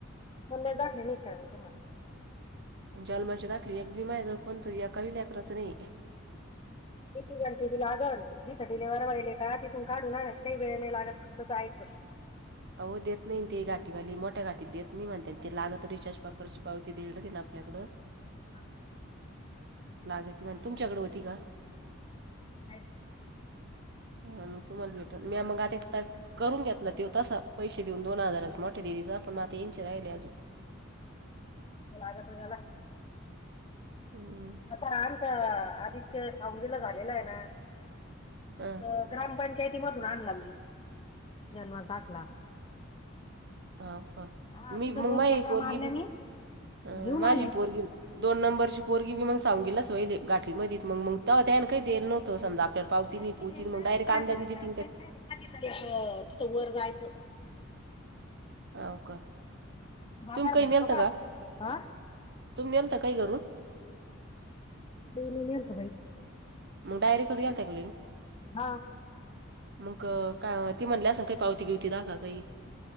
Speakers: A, on the left; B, on the right.
A: मनला टाकले नाही काय मग का मला
B: जलमची दाखली एक भिमायर कोणतं या कविल्याकराचं नाही
A: लागत जिथं डलेवर वहिले का तिथून काढून आणत काही वेळे नाही लागत फक्त जायच
B: हो देत नाहीी घाटीवाली मोठ्या घाटीत देत नाही म्हणत ते लागत रिचार्जची पावती देईली आपल्याकडं
A: म
B: लाग त म्ह तुमच्याकडे होती का
A: ह
B: हा मग तुम्हाला भेटल मी मग आता एक करून घेतला ते तसा पैसे देऊन दोन हजारच मोठे पण म ते येनचराहिले अजक
A: लागत होरला
B: हम्म
A: आता रामच आदित्य सवंगीला झालेलं आहे ना
B: हा,
A: तर ग्रामपंचा शेती मधून आणला मी जन्मस दाखला
B: हा का
A: हा
B: मी
A: तिथं
B: मग
A: दोन
B: मा ये
A: चक्रा
B: पोरगी
A: मारल्या
B: बी
A: मी
B: ह
A: घेऊन
B: माझी
A: आले
B: पोरगी दोन नंबरची पोरगी बी मग ऊून गेला स वय गाठीमध्ये मग मग काही देर नव्हत समजा आपल्याला पावती
A: काही नाही
B: पुती
A: रेल ना
B: मग डायरेक्ट
A: तू
B: अंदाजे
A: आता
B: देतीन
A: ग्रामपंचायतीातरायच
B: का
A: तिथं वर जायचं
B: अ का
A: बाजार
B: तुम्ही काही
A: भरतो
B: नेलत का
A: हा
B: तुम् नल तर काही करून
A: तेणी नि आंत भाई
B: मग डायरेक्टच गेल त्यागली
A: हा
B: मग काय ती म्हटली अस ना काही पावती गेवती दाख काही